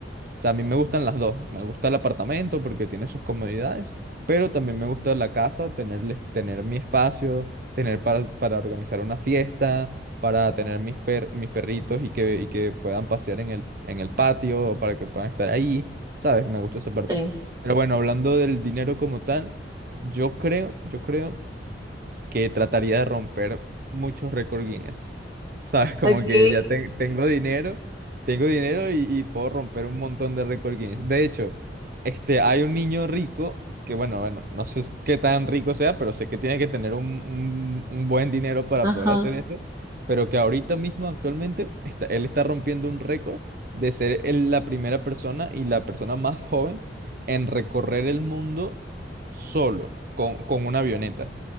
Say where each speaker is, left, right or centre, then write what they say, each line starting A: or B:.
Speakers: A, on the right; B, on the right.
A: O sea, a mí me gustan las dos. Me gusta el apartamento porque tiene sus comodidades, pero también me gusta la casa, tener, el es- tener mi espacio, tener para, para organizar una fiesta, para tener mis, per- mis perritos y que, y que puedan pasear en el, en el patio, para que puedan estar ahí, ¿sabes? Me gusta esa parte.
B: eh.
A: Pero bueno, hablando del dinero como tal, yo creo, yo creo que trataría de romper muchos récord Guinness. <laughs> ¿Sabes? Como
B: Ok.
A: que ya te- tengo dinero, tengo dinero y, y puedo romper un montón de récord Guinness. De hecho, este, hay un niño rico que, bueno, bueno, no sé s- qué tan rico sea, pero sé que tiene que tener un, un- un buen dinero para
B: Ajá.
A: poder hacer eso. Pero que ahorita mismo, actualmente, está- él está rompiendo un récord de ser el- la primera persona y la persona más joven en recorrer el mundo solo, con, con una avioneta.